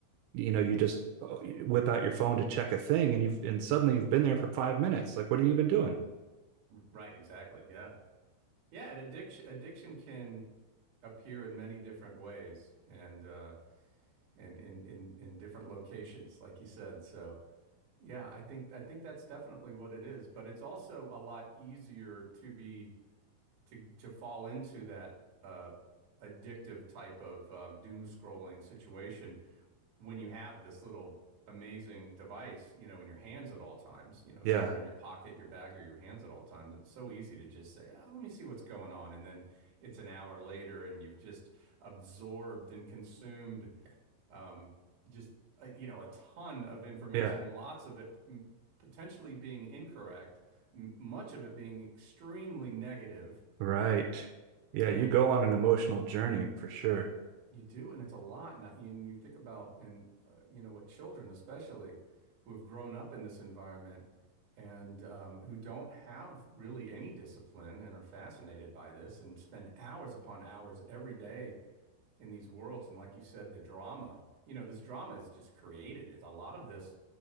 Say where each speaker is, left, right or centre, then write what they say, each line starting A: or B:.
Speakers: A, on the right; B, on the right.
A: You know, you just uh, whip out your phone to check a thing, and you've and suddenly you've been there for five minutes. Like, what have you been doing?
B: Right, exactly. Yeah. Yeah, and addiction addiction can appear in many different ways and uh and in in in different locations, like you said. So, yeah, I think I think that's definitely what it is, but it's also a lot easier to be to to fall into that uh, addictive type of um, doom scrolling situation when you have this little amazing device, you know, in your hands at all times. You know, it's
A: Yeah,
B: either in your pocket, your bag, or your hands at all times. And it's so easy to just say, oh, let me see what's going on. And then it's an hour later and you've just absorbed and consumed um, just, uh, you know, a ton of information,
A: yeah,
B: lots of it m- potentially being incorrect, m- much of it being extremely negative
A: right. Yeah,
B: and
A: you go on an emotional journey for sure.
B: you do, and it's a lot. Not and you think about and uh, you know what children, especially who have grown up in this environment and um, who don't have really any discipline and are fascinated by this and spend hours upon hours every day in these worlds. And like you said, the drama, you know, this drama is just created. It's a lot of this